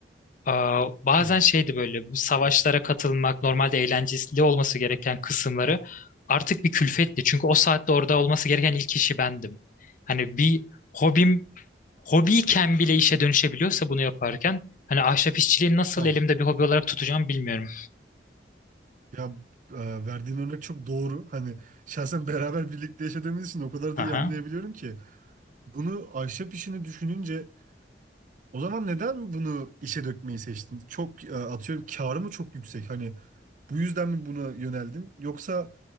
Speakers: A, on the left; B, on the right.
A: aa, bazen
B: Hı.
A: şeydi böyle bu savaşlara katılmak normalde eğlenceli olması gereken kısımları artık bir külfetti. Çünkü o saatte orada olması gereken ilk kişi bendim. Hani bir hobim hobiyken bile işe dönüşebiliyorsa bunu yaparken hani ahşap işçiliği nasıl
B: Hah.
A: elimde bir hobi olarak tutacağım bilmiyorum.
B: Ya e, verdiğin örnek çok doğru. Hani şahsen beraber birlikte yaşadığımız için o kadar
A: Aha.
B: da iyi anlayabiliyorum ki. Bunu ahşap işini düşününce o zaman neden bunu işe dökmeyi seçtin? Çok e, atıyorum karı mı çok yüksek? Hani bu yüzden mi buna yöneldin? Yoksa